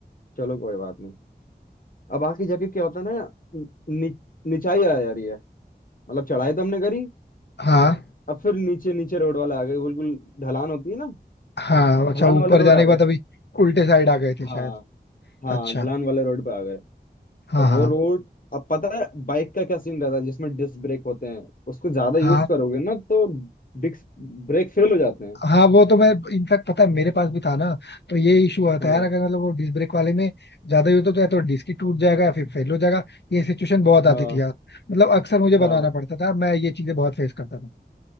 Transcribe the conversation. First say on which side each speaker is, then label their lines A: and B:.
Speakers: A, on the left; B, on the left.
A: चलो कोई बात नहीं अब आखिरी जगह क्या होता है ना नि, निचाई आ जा रही है मतलब चढ़ाई तो हमने करी
B: हाँ
A: अब फिर नीचे नीचे रोड वाले आ गए बिल्कुल ढलान होती है ना
B: हाँ अच्छा
A: ढलान
B: ऊपर
A: वाले
B: जाने
A: रोड आ
B: के बाद
A: गए
B: अभी उल्टे साइड आ गए थे
A: हाँ
B: शायद
A: हाँ
B: अच्छा
A: ढलान वाले रोड पे आ गए
B: हाँ
A: और वो
B: हाँ
A: रोड अब पता है बाइक का क्या सीन रहता है जिसमें डिस्क ब्रेक होते हैं उसको ज्यादा यूज
B: हाँ
A: करोगे ना तो डिस्क ब्रेक फेल हो जाते हैं
B: हाँ वो तो मैं इनफैक्ट पता है मेरे पास भी था ना तो ये इशू होता
A: हाँ
B: है यार अगर मतलब वो डिस्क ब्रेक वाले में ज्यादा यूज हो तो या तो डिस्क ही टूट जाएगा या फिर फेल हो जाएगा ये सिचुएशन बहुत आती
A: हाँ
B: थी यार मतलब अक्सर मुझे बनवाना
A: हाँ
B: पड़ता था मैं ये चीजें बहुत फेस करता था